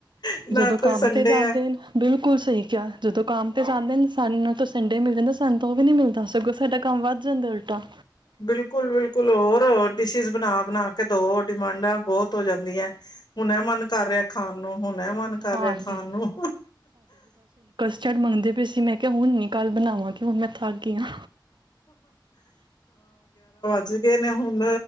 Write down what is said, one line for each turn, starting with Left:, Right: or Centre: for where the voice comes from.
Left: ਨਾ
Right: ਜਦੋਂ
Left: ਕੋਈ
Right: ਕੰਮ
Left: ਸੰਡੇ
Right: ਤੇ ਜਾਂਦੇ
Left: ਆ
Right: ਨੇ ਬਿਲਕੁਲ ਸਹੀ ਕਿਹਾ ਜਦੋਂ ਕੰਮ ਤੇ ਜਾਂਦੇ ਨੇ ਸਾਨੂੰ ਸੰਡੇ ਮਿਲ ਜਾਂਦਾ ਸਨ ਤੋਂ ਉਹ ਵੀ ਨਹੀਂ ਮਿਲਦਾ ਸਗੋਂ ਸਾਡਾ ਕੰਮ ਵੱਧ ਜਾਂਦਾ ਉਲਟਾ
Left: ਬਿਲਕੁਲ ਬਿਲਕੁਲ ਹੋਰ ਡਿਸ਼ਿਿਸ ਬਣਾ ਬਣਾ ਕੇ ਦੋ ਡਿਮਾਂਡਾਂ ਬਹੁਤ ਹੋ ਜਾਂਦੀਆਂ ਹੁਣ ਇਹ ਮਨ ਕਰ ਰਿਹਾ ਖਾਣ ਨੂੰ ਹੁਣ ਐ ਮਨ ਕਰ
Right: ਹਾਂਜੀ
Left: ਰਿਹਾ ਖਾਣ ਨੂੰ
Right: ਝੜ ਮੰਗਦੇ ਪਏ ਸੀ ਮੈਂ ਕਿਹਾ ਹਣ ਨ ਕੱਲ ਬਣਾਵਾਂ ਮ ਮੈਂ ਥਾ ਗਈ ਹਾਂ
Left: ੱਜ ਗਏ ਨੇ ਹੁਣ